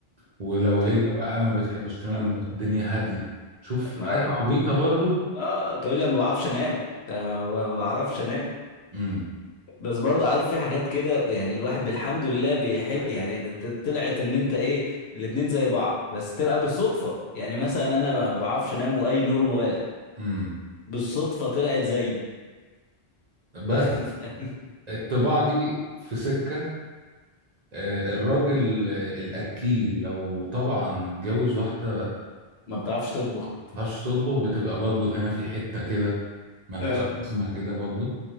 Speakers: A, on the right; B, on the left.
A: ولو
B: ت-
A: هي بقى ما بتحبش تنام
B: ما
A: إلا الدنيا هادية شوف
B: ما-
A: حاجة عبيطة
B: تقول
A: برضو
B: اه تقول لي أنا ما بعرفش انام أنا ما ما بعرفش انام
A: امم
B: بس برضه عارف في حاجات كده يعني الواحد بالحمد لله بيحب يعني ت- طلعت ان انت ايه الاتنين زي بعض بس تبقى بالصدفة يعني مثلا انا ما بعرفش انام واي نور موالع
A: امم
B: بالصدفة طلعت زيي
A: بس
B: ف- <laughs>
A: الطباع دي في سكة آه الراجل آه الأكيل لو طبعا اتجوز واحدة
B: ما بتعرفش تطبخ
A: ما بتعرفش تطبخ بتبقى برضو هنا في حتة كده ملهاش
B: اه
A: لازمة كده برضو